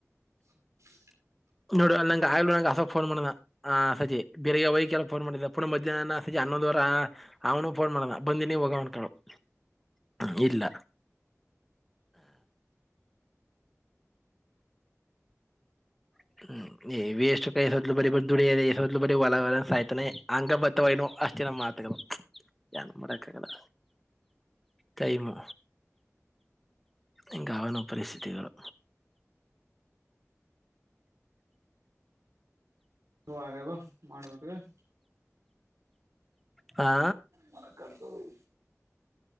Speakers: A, on the right; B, in the centre.
A: <inaudible>
B: <unintelligible> ಫೋನ್ ಮಾಡ್ದ. ಹಾ ಸಜೆ ಬೇರೆಗ್ ಹೋಗಕ ಎಲ್ಲ ಫೋನ್ ಮಾಡಿದ್ದ ಪುನಃ ಮಧ್ಯಾಹ್ನ ಸಜೆ ಹನ್ನೊಂದ ವರ, ಅವನು ಫೋನ್ ಮಾಡ್ದ ಬಂದಿನಿ ಹೋಗ <unintelligible> ಇಲ್ಲ
A: <inaudible>
B: <inaudible> ನೀ ವ ಎಷ್ಟಕ ಸೊದಲು ಬಡಿ ದುಡಿ ಸೊದಲು ಬಡಿ ಹೊಲ <unintelligible> <unintelligible> ಯಾನು ಮಾಡಕ್ಕ ಆಗಲ್ಲ ಟೈಮು. ಹಗಾವನೋ ಪರಿಸ್ಥಿತಿಗಳು
A: ನೀ ಆಗದು ಮಾಡುದತ್
B: ಹಾ
A: ಮನ ಕಂತುಿ